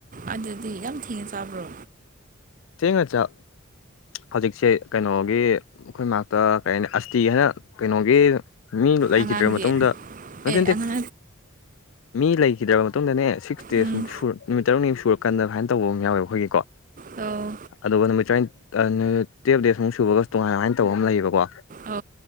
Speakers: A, on the right (about 40°); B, on the left (about 75°).
A: ꯑꯗꯨꯗꯤ ꯌꯥꯝ ꯊꯦꯡꯅ ꯆꯥꯕ꯭ꯔꯣ
B: ꯊꯦꯡꯉ ꯆ ꯍꯧꯖꯤꯛꯁꯦ ꯀꯩꯅꯣꯒꯤ ꯑꯩꯈꯣꯏ ꯃꯇ ꯀꯔꯤ ꯍꯥꯏꯅꯤ ꯑꯁꯇꯤ ꯍꯥꯏꯅ ꯀꯩꯅꯣꯒꯤ ꯃꯤ ꯂꯩꯈꯤꯗ꯭ꯔ
A: ꯑꯉꯥꯡꯒꯤ
B: ꯃꯇꯨꯡꯗ ꯅꯠꯇꯦ
A: ꯑꯦ
B: ꯅꯠꯇꯦ
A: ꯑꯉꯥꯡ
B: ꯃꯤ ꯂꯩꯈꯤꯗ꯭ꯔꯕ ꯃꯇꯨꯡꯗꯅꯦ ꯁꯤꯛꯁ ꯗꯦꯁꯃꯨꯛ
A: ꯎꯝ
B: ꯁ ꯅꯨꯃꯤꯠ ꯇꯔꯨꯛꯅꯤꯃꯨꯛ ꯁꯨꯔꯀꯥꯟꯗꯃꯥꯏꯅ ꯇꯧꯕ ꯑꯃ ꯌꯥꯎꯋꯦꯕꯈꯣꯏꯒꯤꯀꯣ
A: ꯑꯧ
B: ꯑꯗꯨꯒ ꯅꯨꯃꯤꯠ ꯇꯔꯥꯅꯤꯠ ꯇꯨꯌꯦꯞ ꯗꯦꯖꯃꯨꯛ ꯁꯨꯕꯒꯁꯨ ꯇꯣꯉꯥꯏꯃꯥꯏꯅ ꯇꯧꯕ ꯑꯃ ꯂꯩꯌꯦꯕꯀꯣ
A: ꯑ